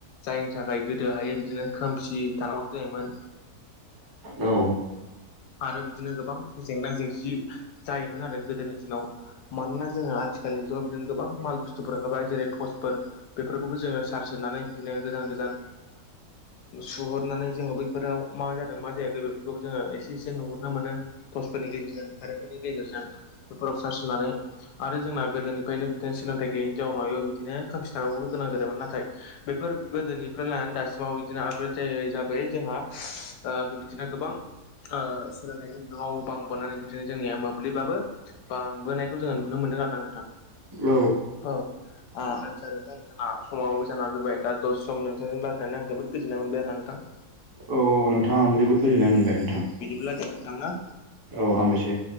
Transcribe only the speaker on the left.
जायनि थाखाय गोदोहाय बिदिनो खोमसि थानांगौ जायोमोन
आरो बिदिनो गोबां जेंना जेंसि जायोमोन आरो गोदोनि दिनाव मानोना जोङो आथिखालनि जुगाव बिदिनो गोबां माल बुस्थुफोर ओंखारबाय जेरै थर्स फोर बेफोरखौबो जोङो सार्स होनानै बिदिनो गोजान गोजान सुहरनानै जोङो बैफोराव मा जादों मा जायाखै बेफोरखौबो जोङो एसे एसे नुहरनो मोनो टर्सफोरनि गेजेरजों कारेन्टफोरनि गेजेरजों बेफोराव सार्स होनानै आरो जोंना गोदोनिफ्रायनो बिदिनो सोलोंथाइ गैयैनि जाउनाव बिदिनो खोमसि थानांगौबो गोनां जादोंमोन नाथाय बैफोर गोदोनिफ्राय लानानै दासिमाव बिदिनो आबग्रेद जायै जाबोयै जोंहा ओ दिनो गोबां ओ सोलोंथाइनि बिबाङाव बांबोनानै बिदिनो जोंनिया मोब्लिबाबो बांबोनायखौ जोङो नुनो मोनदों आरो ना नोंथां
औ आ नोंथां समावबो जानानै फैबाय दा दस सम नोंथांजों लारायनानै आं जोबोद गोजोननाय मोनबाय आरो ना नोंथां
अब्ला दे नोंथां ना